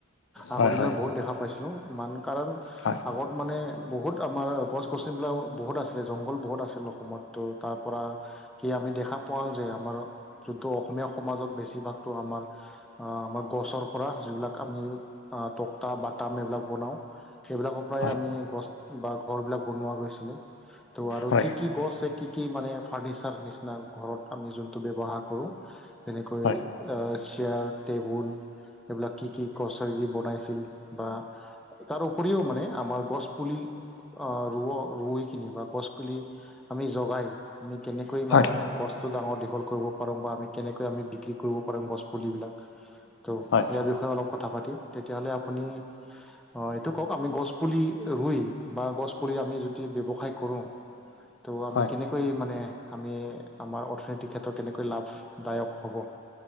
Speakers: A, in the centre; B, on the left (about 65°).
A: আগৰ
B: হয়
A: দিনত
B: হয়
A: বহুত দেখা পাইছিলো মান কাৰণ
B: হয়।
A: আগত মানে বহুত আমাৰ গছ গছনিবিলাক বহুত আছিলে জংঘল বহুত আছিল অসমত তো তাৰ পৰা। কি আমি দেখা পাওঁ যে আমাৰ যোনটো অসমীয়া সমাজত বেছিভাগটো আমাৰ আমাৰ গছৰ পৰা যিবিলাক আমি তক্টা, বাটাম এইবিলাক বনাওঁ। সেইবিলাকৰ পৰাই
B: হয়
A: আমি গছ বা ঘৰ বিলাক বনোৱা গৈছিলে ত' আৰু
B: হয়
A: কি কি গছে কি কি মানে ফাৰ্ণিচাৰ নিচিনা ঘৰত আমি যোনটো ব্যৱহাৰ কৰোঁ। তেনেকৈ
B: হয়
A: চেয়াৰ টেবুল এইবিলাক কি কি কছাৰী দি বনাইছিল বা তাৰ উপৰিও মানে আমাৰ গছপুলি ৰুৱ, ৰুই কিনি বা গছপুলি আমি জগাই আমি কেনেকৈ মানে
B: হয়
A: গছটো ডাঙৰ দীঘল কৰিব পাৰোঁ বা আমি কেনেকৈ আমি বিক্ৰী কৰিব পাৰোঁ গছপুলিবিলাক তো
B: হয়
A: ইয়াৰ বিষয়ে অলপ কথা পাতিম তেতিয়াহ'লে আপুনি অ' এইটো কওক আমি গছ পুলি ৰুই বা গছ পুলি আমি যদি ব্যৱসায় কৰোঁ ত' আমি
B: হয়
A: কেনেকৈ মানে আমি আমাৰ অৰ্থনৈতিক ক্ষেত্ৰত কেনেকৈ লাভদায়ক হ'ব?